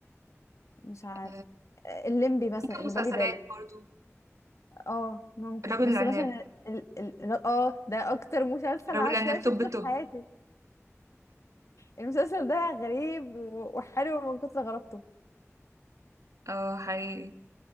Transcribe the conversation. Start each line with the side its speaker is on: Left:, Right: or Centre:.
Left: مش عارف
Right: آه،
Left: الليمبي مثلا
Right: ممكن
Left: اللي
Right: مسلسلات
Left: بالي بالك
Right: برضو
Left: اه ممكن
Right: الرجل
Left: بس
Right: العناب
Left: مثلا ال... ال... اه ده اكتر مسلسل
Right: الرجل
Left: عشوائي
Right: العناب
Left: شفته
Right: توب
Left: في
Right: توب
Left: حياتي المسلسل ده غريب و... وحلو من كتر غرابته
Right: اه حقيقي